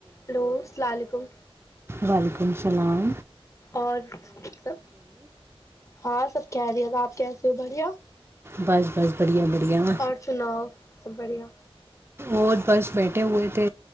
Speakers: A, on the left; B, on the right.
A: Hello السلام علیکم
B: وعلیکم السلام
A: اور سب ہاں سب کہہ دیا تھا آپ کیسے ہو بڑھیا
B: بس بس بڑیا بڑیاں
A: اور سناؤ سب بڑھیا
B: اور بس بیٹھے ہوئے تھے